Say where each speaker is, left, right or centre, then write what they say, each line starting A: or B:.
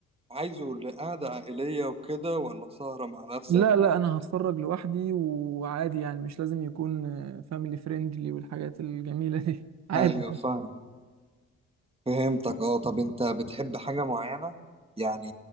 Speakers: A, on the right; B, on the right.
A: عايزه لقعدة عائلية وكده ولا سهرة مع نفسك
B: لا لا
A: و...
B: انا هتفرج لوحدي وعادي يعني مش لازم يكون فاميلي فريندلي والحاجات الجميلة دي <laughs> عادي
A: ايوه فاهم فهمتك اه طب انت بتحب حاجة معينة يعني